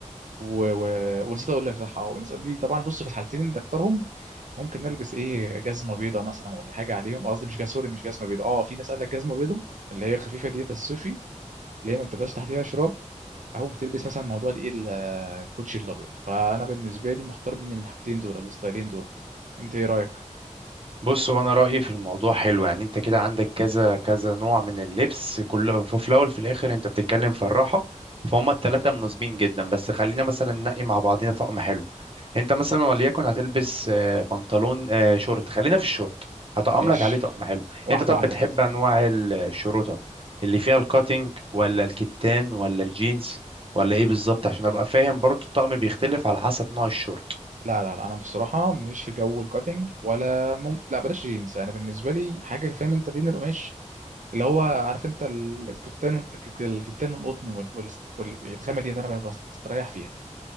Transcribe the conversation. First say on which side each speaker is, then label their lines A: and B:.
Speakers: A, on the right; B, on the right.
A: و... و... ونسيت اقول لك صح اه وناس قالوا لي طبعا بص في الحالتين اللي اختارهم ممكن نلبس ايه جزمه بيضه مثلا ولا حاجه عليهم آه، قصدي مش جا- سوري مش جزمه بيضه اه في ناس قال لك جزمه بيضه اللي هي خفيفه ديت الصيفي اللي هي ما بتبقاش تحتها شراب او بتلبس مثلا موضوع الايه ال- الكوتشي الابيض فانا بالنسبه لي محتار بين الحاجتين دول الستايلين دول انت ايه رايك
B: بص وانا رايي في الموضوع حلو يعني انت كده عندك كذا كذا نوع من اللبس كله في في الاول في الاخر انت بتتكلم في الراحه فهم الثلاثه مناسبين جدا بس خلينا مثلا ننقي مع بعضنا طقم حلو انت مثلا وليكن هتلبس آه، بنطلون آه، شورت خلينا في الشورت هطقم
A: ماشي
B: لك عليه طقم حلو
A: واحده
B: انت طب
A: واحده
B: بتحب
A: كده
B: انواع ال- الشروطه اللي فيها الكاتنج ولا الكتان ولا الجينز ولا ايه بالظبط عشان ابقى فاهم برضو الطقم بيختلف على حسب نوع الشورت
A: لا لا لا انا بصراحه ماليش في جو الكاتنج ولا مم... لا بلاش جينز انا بالنسبه لي حاجه فاهم انت بين القماش اللي هو عارف انت ال- الكتان وال- الكتان والقطن وال... وال... والخامه ديت انا بستريح فيها